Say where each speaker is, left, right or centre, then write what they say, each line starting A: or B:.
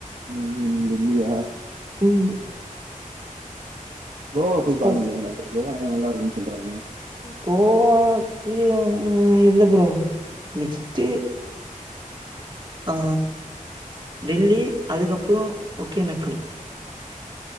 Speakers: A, on the right; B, on the right.
A: ம் இல்லியா
B: பொய்
A: கோவா போய்
B: சரி
A: பாருங் ப்ரோ <unintelligible> கோவா எல்லா நல்லா இருக்குன் சொல்றானுங்க
B: கோவாக்கு ஆ ம் இல்ல ப்ரோ நெக்ஸ்ட் ஆ டெல்லி அதுக்கப்பறோ ஒக்கேனக்கல்